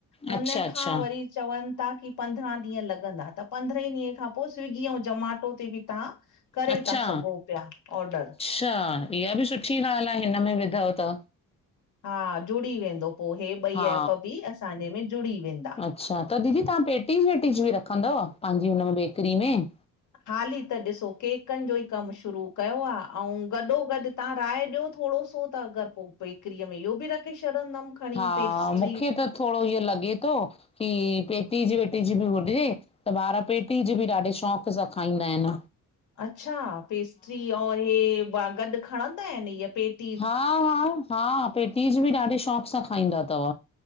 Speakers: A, on the left (about 60°); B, on the left (about 20°).
A: हुन
B: अच्छा अच्छा
A: खां वरी चवनि था की पंद्रहं ॾींहं लॻंदा त पंद्रहें ॾींहं खां पोइ स्विगी ऐं जमाटो ते बि तव्हां करे
B: अच्छा
A: था सघो पिया ऑडर।
B: अच्छा इहा बि सुठी ॻाल्हि आहे हिन में विधव त।
A: हा जुड़ी वेंदो पोइ इहे ॿई
B: हा
A: ऐएप बि असांजे में जुड़ी वेंदा।
B: अच्छा त दीदी तव्हां पेटी वेटी बि रखंदव पंहिंजी हुन में बेकरी में?
A: हाली त ॾिसो केकनि जो ई कमु शुरू कयो आहे ऐं गॾो गॾु तव्हां राय ॾियो थोॾो सो। त अगरि पोइ बेकरी में इहो बि रखखे छॾंदमि। खणी
B: हा
A: पेस्ट्री
B: मूंखे त थोरो इहो लॻे थो की पेटी जी वेटी जी बि हुॾजे। त ॿार पेटी जी बि ॾाढे शौक़ु सां खाईंदा आहिन।
A: अच्छा पेस्ट्री और इ गॾु खणंदा आहिन इहा पेटीज?
B: हा हा हा पेटीज बि ॾाढे शौक़ु सां खाईंदा अथव।